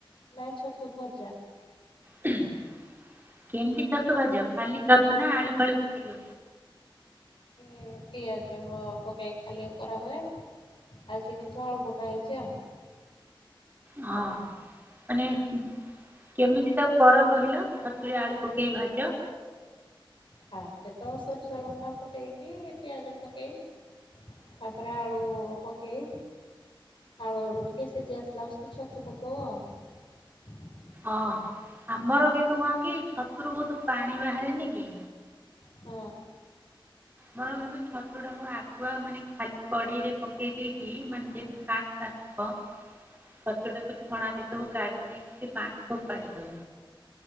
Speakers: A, on the left (about 65°); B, on the right (about 20°).
A: ନାଇଁ ଛତୁ ଭଜା।
B: <unintelligible> କେମତି ଛତୁ ଭାଜ ଖାଲି ଛତୁ ନା ଆଳୁ ଫାଳୁ ପକେଇକି?
A: ହୁଁ ପିଆଜ ପକାଇ ଖାଲି କରା ହୁଏ। ଆଉ ଚିକେନ୍ ତୁ ଆଳୁ ପକା ହେଇଚି ଆଉ।
B: ହଁ ମାନେ ଉ କେମିତି ତାକୁ କର କହିଲ? ଛତୁରେ ଆଳୁ ପକେଇ ଭାଜ।
A: ଫାଷ୍ଟ ତ ସୋରିଷ ଲଙ୍କା ଫୁଟେଇ କି ପିଆଜ ପକେଇ ତାପରେ ଆଳୁ ପକେଇ ଆଳୁ ହଡୁ ଟିକେ ସିଝି ଆସିଲା ଆସିକି ଛତୁ ପକେଇବ ଆଉ
B: ଓହୋ ଆମର କିନ୍ତୁ କଣ କି? ଛତୁରୁ ବହୁତୁ ପାଣି ବାହାରେନିକି।
A: ହଁ।
B: ମର କିନ୍ତୁ ଛତୁ ଟାକୁ ଆଗୁଆ ମାନେ ଖାଲି କଡେଇରେ ପକେଇ ଦେଇକି ମାନେ ଯେମ୍ <unintelligible> ପ ଛତୁଟାକୁ ଛଣା ଭିତରୁ କାଢିଦେଇକି ପା ଫୋପାଡି ଦଉ।